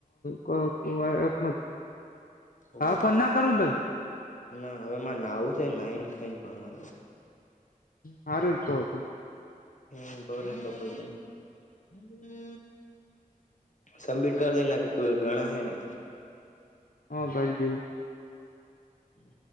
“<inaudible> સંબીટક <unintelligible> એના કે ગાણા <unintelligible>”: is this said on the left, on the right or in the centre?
Left